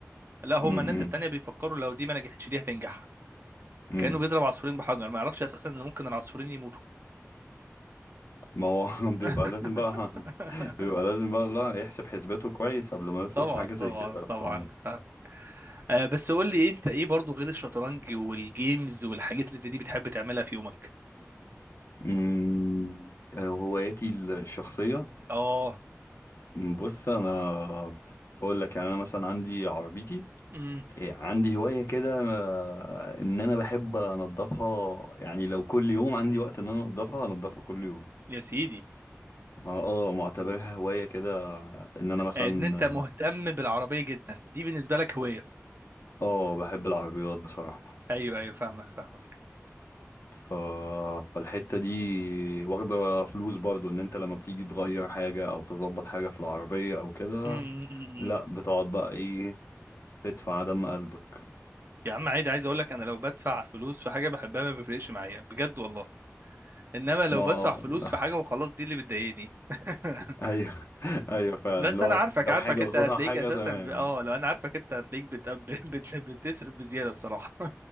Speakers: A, on the right (about 45°); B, on the left (about 60°).
A: لا هما
B: امم
A: الناس التانية بيفكروا لو دي ما نجحتش دي هتنجح
B: امم
A: كأنه بيضرب عصفورين بحجر ما يعرفش اساسا ان ممكن العصفورين يموتوا
B: ما هو <laughs> بيبقى
A: <laughs>
B: لازم بقى <laughs> بيبقى لازم بقى لا يحسب حسباته كويس قبل ما يدخل
A: طبعا
B: في حاجة زي
A: طبعا
B: كده ف
A: طبعا فاهم آه بس قول لي إيه انت ايه برضو غير الشطرنج والجيمز والحاجات اللي زي دي بتحب تعملها في يومك
B: امم آه، هواياتي الشخصية
A: اه
B: بص انا اقول لك يعني انا مثلا عندي عربيتي
A: امم
B: إيه عندي هواية كده آه، إن أنا بحب أنضفها يعني لو كل يوم عندي وقت إن أنا أنضفها أنضفها كل يوم
A: يا سيدي
B: ما- اه معتبرها هواية كده إن أنا مثلا
A: ان انت مهتم بالعربية جدا دي بالنسبة لك هواية
B: اه بحب العربيات بصراحة
A: ايوه ايوه فاهمك فاهمك
B: ف... فالحتة دي واخدة فلوس برضو إن أنت لما بتيجي تغير حاجة أو تظبط حاجة في العربية أو كده
A: أمم، أمم، أمم.
B: لأ بتقعد بقى إيه تدفع دم قلبك
A: يا عم عادي عايز اقول لك انا لو بدفع فلوس في حاجة بحبها ما بيفرقش معايا بجد والله انما لو
B: ما
A: بدفع
B: <laughs>
A: فلوس في حاجة وخلاص دي اللي بتضايقني <laughs>
B: ايوه <laughs> ايوه فعلا
A: بس
B: لو
A: انا عارفك
B: لو
A: عارفك
B: حاجه
A: انت
B: قصادها
A: هتلاقيك
B: حاجه
A: اساسا
B: تمام
A: ب... اه لو انا عارفك انت هتلاقيك بت... بت... <laughs> بت... بتصرف بزياده الصراحه